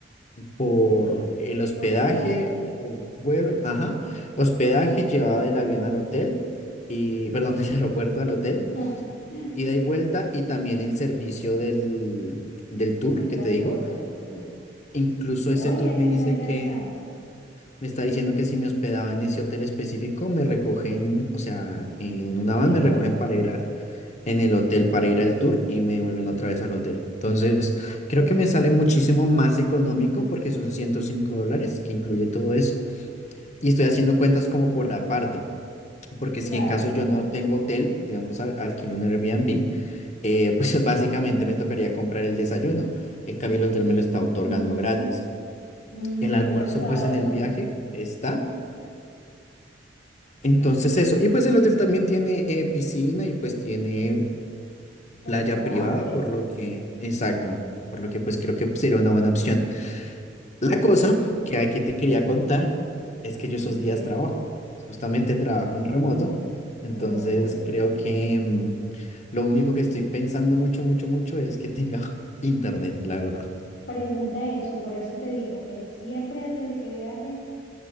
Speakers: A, on the left; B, on the left.
A: por
B: Ok.
A: el hospedaje,
B: Por todo el paquete
A: el vuelo, ajá, hospedaje, llevada del avión al hotel, y, perdón, <laughs> del aeropuerto al hotel,
B: <laughs>
A: ida y vuelta, y también el servicio del, del tour
B: del
A: que
B: transporte,
A: te digo.
B: del tour.
A: Incluso
B: Oye,
A: ese tour
B: eso
A: me
B: está
A: dice
B: interesante.
A: que me está diciendo que si me hospedaba en ese hotel específico, me recogen, o sea, en una
B: Directamente
A: van me recogen
B: del
A: para
B: hotel.
A: ir a, en el hotel para ir al tour y me vuelven otra vez al hotel. Entonces, creo
B: Perfecto.
A: que me sale muchísimo más económico porque son 105 dólares que incluye todo eso y estoy haciendo cuentas como por aparte, porque
B: Claro.
A: si en caso yo no tengo hotel, digamos, al- alquilo un Airbnb, eh, pues <laughs> básicamente me tocaría comprar el desayuno. En cambio, el hotel me lo está
B: Ujú.
A: otorgando gratis.
B: Mm,
A: El
B: bien
A: almuerzo,
B: pensado
A: pues
B: eso.
A: en el viaje está. Entonces eso, y pues el hotel también tiene eh, piscina y pues tiene
B: Restaurante.
A: playa privada, por lo que, exacto, por lo que pues creo que sería una buena opción. La cosa que aquí te quería
B: Ok,
A: contar es que yo esos
B: ok.
A: días trabajo, pues, justamente <laughs> trabajo en remoto, entonces
B: O-
A: creo que mm, lo único que estoy pensando mucho, mucho, mucho es que tenga <laughs> internet, la verdad.
B: pregunta eso, por eso te digo, eh, siempre antes de que viajes,